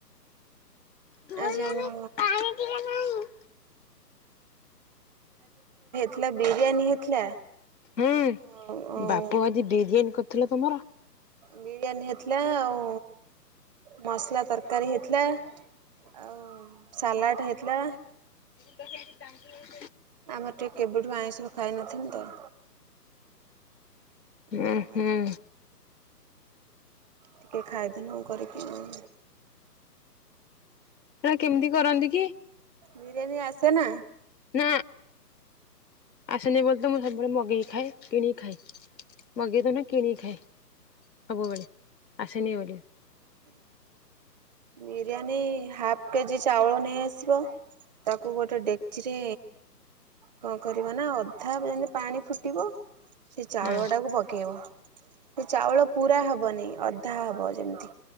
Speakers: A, on the left (about 80°); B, on the right (about 25°).
A: ଧୋଇ
B: ଆଜି
A: ହେବି
B: ଆମର
A: ପାଣି ଟିକେ ନାହିଁ।
B: ଥିଲା ବିରିୟାନୀ ହେଇଥିଲା।
A: ହୁଁ
B: ଆଉ ଆଉ
A: ବାପୁ ଆଜି ବିରିୟାନୀ କରି ଥିଲେ ତମର
B: ବିରିୟାନୀ ହେଇଥିଲା ଆଉ ମସଲା ତରକାରୀ ହେଇଥିଲା ଆଉ ସାଲାଡ଼ ହେଇଥିଲା।
A: <unintelligible>
B: ଆମର ଟିକେ କେବେଠୁ ଆଇଁଷ ଖାଇନଥିଲୁ ତ।
A: ଉଁ
B: ଓ
A: ହୁଁ
B: ଆଚ୍ଛା। ଟିକେ ଖାଇଦେଲୁ କରିକି ଆଉ
A: ଟା କେମିତି କରନ୍ତି କି?
B: ବିରିୟାନୀ ଆସେ ନା।
A: ନା ଆସନି ବୋଲି ତ ମୁଁ ସବୁବେଳେ ମଗେଇି ଖାଏ କିଣିକି ଖାଏ ମଗେଇ ତ ନାଇ କିଣିକି ଖାଏ ସବୁବେଳେ। ଆସେନି ବୋଲି।
B: ବିରିୟାନୀ ହାପ କେଜି ଚାଉଳ ନେଇ ଆସିବ ତାକୁ ଗୋଟେ ଡେକଚିରେ କଣ କରିବ ନା ଅଧା ଯେମିତି ପାଣି ଫୁଟିବ ସେ ଚାଉଳ
A: ହଁ
B: ଟାକୁ ପକେଇବ ସେ ଚାଉଳ ପୁରା ହବନି ଅଧା ହବ ଯେମିତି